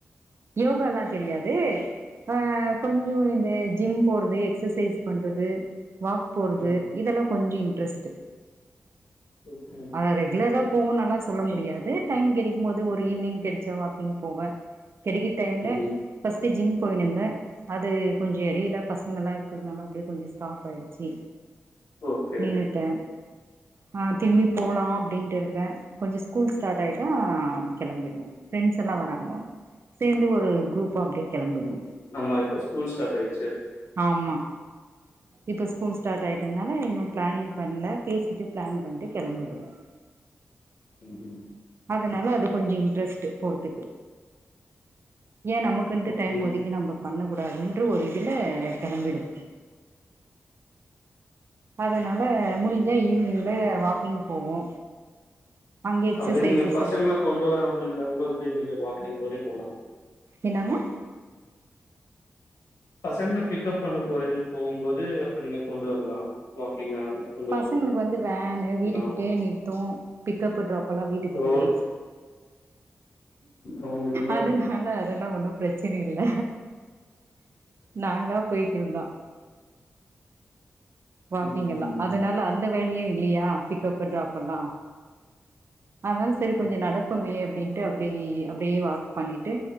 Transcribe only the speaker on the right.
யோகால்லா தெரியாது வ கொஞ்ச இந்த ஜிம் போறது எக்ஸசைஸ் பண்றது வாக் போறது
இதெல்லா கொஞ்ச இன்ட்ரெஸ்ட்டு
அத ரெகுலரா போவன்னல்லா சொல்ல முடியாது டைம் கெடைக்கும்போது ஒரு ஈவினிங் கெடச்சா வாக்கிங் போவே கெடைக்கிற டைம்ல
பஸ்ட்டு ஜிம் போயினுந்தே அது கொஞ்ச எடையில பசங்க எல்லா இருக்கிறதுனால அப்டியே கொஞ்ச ஸ்டாப் ஆயிடுச்சி
நின்னுட்ட அ திரும்பி போலா அப்டின்ட்டு இருக்க கொஞ்சோ ஸ்கூல்ஸ் ஸ்டார்ட் ஆயிட்டா கிளம்பிடுவோ ஃப்ரெண்ட்ஸ் எல்லா வராங்க சேந்து ஒரு குரூப்பா அப்டியே கெளம்பிடு
ஆமா இப்ப ஸ்கூல் ஸ்டார்ட் ஆயிட்டதுனால இன்னு பிளானிங் பண்ல பேசிட்டு பிளான் பண்ட்டு கெளம்பிடுவோ
அதனால அது கொஞ்சோ இன்ட்ரெஸ்ட்டு போறதுக்கு ஏ நமக்குன்ட்டு
டைம் ஒதுக்கி நம்ம பண்ண கூடாதுன்ற ஒரு இதுல கெளம்பிடுவ அதனால முடிஞ்சா ஈவ்னிங்ல வாக்கிங் போவோ அங்க எக்ஸசைசஸ்
என்னாங்க
பசங்களுக்கு வந்து வேனு
வீட்டுக்கிட்டே நிறுத்தோ பிக்கப்பு ட்ராப்பு எல்லா வீட்டுக்கிட்டயே
அதனால அதெல்லா ஒன்னோ பிரச்சன இல்ல நாங்களா போயிக்கிற்தா வாக்கிங்கல்லா
அதனால அந்த வேலையு இல்லையா பிக்கப்பு ட்ராப்பல்லா அதனால சரி கொஞ்சோ நடப்போமே அப்டின்ட்டு அப்டி அப்டியே வாக் பண்ணிட்டு